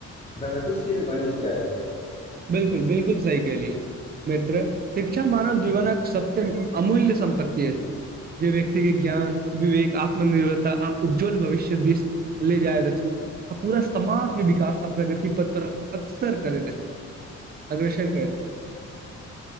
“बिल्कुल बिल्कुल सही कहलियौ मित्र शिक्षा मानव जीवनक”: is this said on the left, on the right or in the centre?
Right